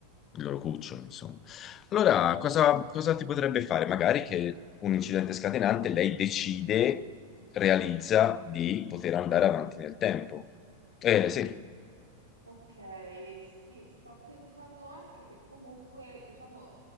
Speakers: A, on the left (about 30°); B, on the right (about 85°).
A: il loro cucciolo, insomma. Allora, cosa, cosa ti potrebbe fare? Magari che un incidente scatenante lei decide, realizza di poter andare avanti nel tempo. Eh, sì.
B: Ok, sì, sto pensando anche che comunque, diciamo,